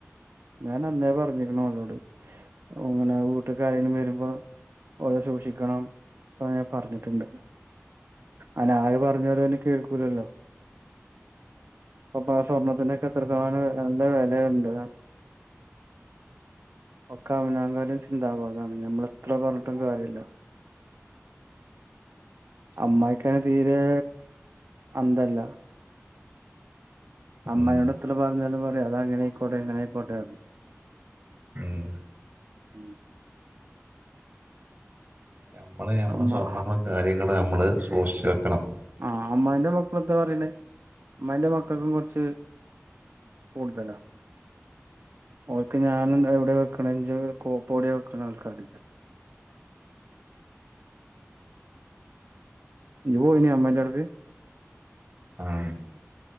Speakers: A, on the right; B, on the right.
A: ഞാൻ അന്നേ പറഞ്ഞിരിക്കണ അവളോട് അങ്ങനെ വീട്ടക്കാരെങ്കിലും വരുമ്പോ ഓരെ സൂക്ഷിക്കണം എന്ന ഞാൻ പറഞ്ഞിട്ടുണ്ട് അന ആര് പറഞ്ഞാലോ എന്നെ കേൾക്കൂലല്ലോ അപ്പ ആ സ്വർണ്ണത്തിനൊക്കെ എത്ര ശതമാനം നല്ല വിലയുണ്ട് ഒക്കെ അവനാകാലും ചിന്താവാദാണ് ഞമ്മൾ എത്ര പറഞ്ഞിട്ടും കാര്യല്ല അമ്മായിക്കെ തീരെ അന്തല്ല അമ്മയുടെ
B: ഉം
A: എത്ര പറഞ്ഞാലും പറയാഅത അങ്ങനെ ആയിക്കോട്ടെ എങ്ങനെയിക്കോട്ടെ
B: ഉം
A: ഉം
B: നമ്മൾ നമ്മുടെ
A: അമ്മ
B: സ്വർണ്ണങ്ങളും കാര്യങ്ങളും നമ്മൾ സൂക്ഷിച്ചച്ച് വെക്കണം
A: ആഹ് അമ്മായിന്റെ മക്കള എന്താ പറയണേ അമ്മായിന്റെ മക്കൾക്കും കുറച്ച് കൂടുതല ഓക്ക് ഞാൻ എവിടെ വെക്കണ കോപ്പോടിയ വെക്കണെന്ന് അവൾക്കറില്ല ഇനിപോയില്ലെ അമ്മൻന്റെടക്ക്
B: ആഹ്